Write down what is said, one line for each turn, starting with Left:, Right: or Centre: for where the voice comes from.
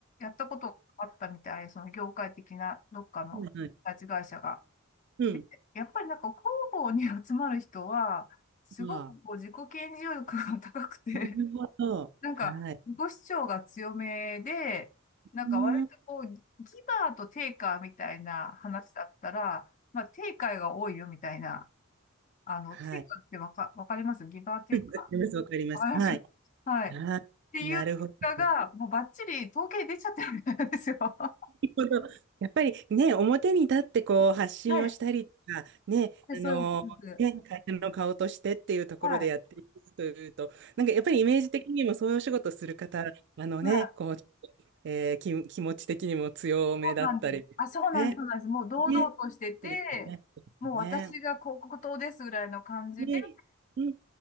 Left: ったことがあったみたい、その業界的な、どっかの、
Right: はい。
Left: 会社が。
Right: うん。
Left: で、やっぱりなんか広報に集まる人は、すごくこう自己顕示欲が
Right: ああ、
Left: <laughs> 高くて、
Right: なるほど。
Left: なんか自己主張が強めで、
Right: はい。
Left: なんか割とこう、
Right: うーん。
Left: ギバーとテイカーみたいな話だったら、まあテイカーが多いよみたいな、あの、
Right: はい。
Left: テイカーってわか、わかりますギバーテイカ
Right: わかります、わかります。
Left: ー。わかりますはい。
Right: はい。
Left: っ
Right: あーなるほど。
Left: ていう結果が、もうバッチリ統計に出ちゃってるみたいなんですよ。<laughs> は
Right: このやっぱりね、表に立ってこう発信をしたりとか、
Left: い。まあ
Right: ね、
Left: で、そうです。
Right: あのね、
Left: そうです
Right: 会社の顔としてっていうところでやっていくというと、
Left: はい。
Right: なんかやっぱりイメージ的にもそういうお仕事する方、あのね、
Left: はい。
Right: こう、ちょっとえー気、気持ち的にも強めだったり、
Left: そうなんです。あ、そうなんです。
Right: ね、
Left: そうなんです。もう堂々としてて、
Right: ね、そうですね、そうですね。
Left: もう私が広告塔ですぐらいの感じで、
Right: ねうん、